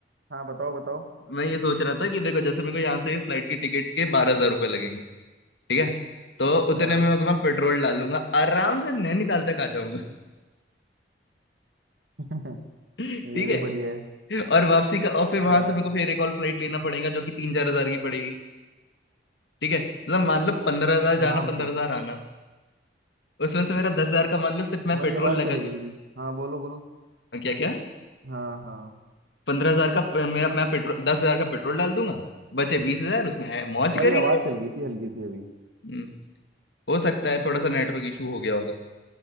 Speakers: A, on the right; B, on the left.
A: हाँ बताओ बताओ
B: मैं ये सोच रहा था कि देखो जैसे मेरे को यहाँ से फ्लाइट की टिकट के बारह हजार रुपये लगेंगे ठीक है तो उतने
A: हाँ
B: में मेरे को मैं पेट्रोल डालूंगा आराम से नैनीताल तक आ जाऊंगा
A: <laughs>
B: <laughs> ठीक
A: ये भी
B: है
A: बढ़िया है
B: और वापसी का और फिर वहां
A: हाँ
B: से मेरे को फिर एक और फ्लाइट लेना पड़ेगा जो कि तीन चार हजार की पड़ेगी ठीक है मतलब मान लो पंद्रह हजार
A: आराम
B: जाना पंद्रह
A: से
B: हजार आना, उसमें से मेरा दस हजार का मान लो सिर्फ मैं
A: तुम्हारी
B: पेट्रोल
A: आवाज
B: लगा
A: चली
B: दूं
A: गई थी हाँ बोलो बोलो
B: क्या क्या
A: हाँ हाँ
B: पंद्रह हजार का प- मेरा मैं पेट्रोल दस हजार का पेट्रोल डाल दूंगा बचे बीस हजार उसमें है मौज
A: तुम्हारी
B: करेंगे
A: आवाज चली गई थी हल्की सी अभी
B: हम्म, हो सकता है थोड़ा सा नेटवर्क इशू हो गया होगा